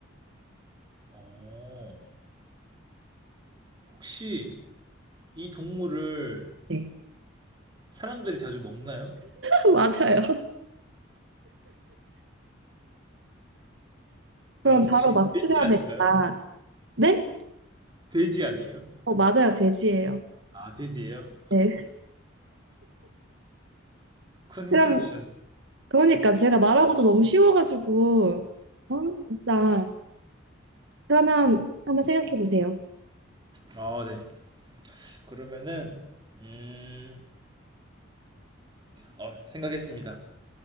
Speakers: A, on the right (about 20°); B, on the right (about 60°).
A: 어, 혹시 이 동물을
B: 네.
A: 사람들이 자주 먹나요?
B: <laughs> 맞아요. 그럼
A: 어,
B: 바로
A: 혹시
B: 맞추셔야
A: 돼지 아닌가요?
B: 됩니다. 네?
A: 돼지 아니에요?
B: 어, 맞아요. 돼지예요.
A: 아, 돼지예요?
B: 네.
A: 큰 힌트를
B: 그럼,
A: 주셨네요.
B: 그러니까 제가 말하고도 너무 쉬워가지고, 어, 진짜. 그러면 한번 생각해 보세요.
A: 아, 네. 그러면은 음, 어, 생각했습니다.